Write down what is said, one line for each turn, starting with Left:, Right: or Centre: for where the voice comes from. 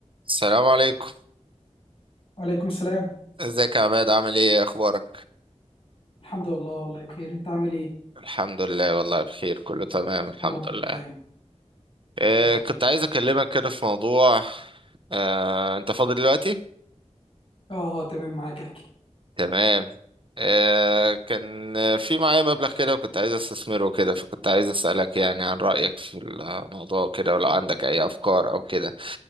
Right: السلام عليكم
Left: وعليكم السلام
Right: ازيك يا عماد عامل ايه اخبارك
Left: الحمد لله والله بخير انت عامل ايه
Right: الحمد لله والله بخير كله تمام الحمد
Left: يا رب
Right: لله
Left: دايما
Right: إيه
Left: يا رب
Right: كنت عايز اكلمك كده في موضوع آه، انت فاضي دلوقتي
Left: اه اه تمام معاك احكي
Right: تمام آه، كان في معايا مبلغ كده وكنت عايز استثمره كده فكنت عايز اسالك يعني عن رايك في الموضوع وكده ولو عندك اي افكار او كده